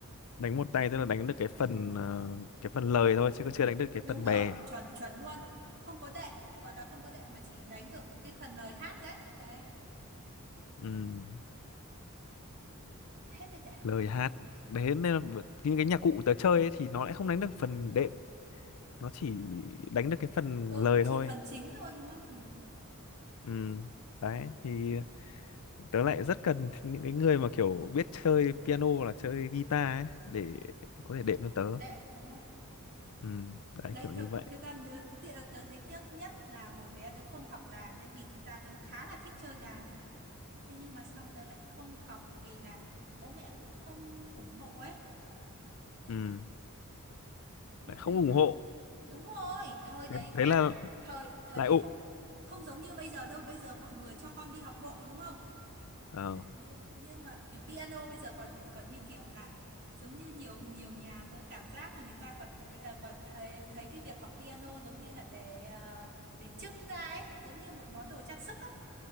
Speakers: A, on the left (about 70°); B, on the right (about 50°).
A: đánh một tay tức là đánh được cái phần ờ, cái phần lời thôi chứ còn chưa đánh được cái
B: đúng
A: phần
B: rồi
A: bè
B: chuẩn chuẩn luôn không có đệm gọi là không có đệm mà chỉ đánh được cái phần lời hát đấy đấy
A: Ừm,
B: hết mới đảo
A: lời hát đấy nên là v- những cái nhạc cụ tớ chơi ấy, thì nó lại không đánh được phần đệm nó chỉ đánh được cái phần
B: ừ
A: lời
B: cũng chỉ
A: thôi
B: phần chính thôi đúng không ừ.
A: Ừm, đấy thì tớ lại rất cần những cái người mà kiểu biết chơi piano hoặc là chơi guitar ấy để có thể đệm cho tớ
B: đệm đúng không
A: Ừm, đấy
B: Đấy,
A: kiểu như
B: thực,
A: vậy
B: thực ra nữa- ti- tớ thấy tiếc nhất là hồi bé tớ không học đàn nên vì thực ra tớ khá là thích chơi đàn. Thế nhưng mà xong tớ lại không học vì là bố mẹ cũng không ủng hộ ấy.
A: Ừm,
B: Lúc
A: lại không
B: đấy
A: ủng
B: là
A: hộ
B: đúng rồi, thời đấy
A: thế,
B: khác.
A: thế là
B: Thời thời
A: lại
B: đấy
A: ụ
B: không không giống như bây giờ đâu. Bây giờ mọi người cho con đi học vội đúng không?
A: Ờ,
B: nhưng nhưng mà vì piano bây giờ còn lại còn như kiểu là giống như nhiều nhiều nhà tớ cảm giác là người ta còn ờ, còn thấy thấy cái việc học piano giống như là để ờ, để trưng ra ấy giống như một món đồ trang sức á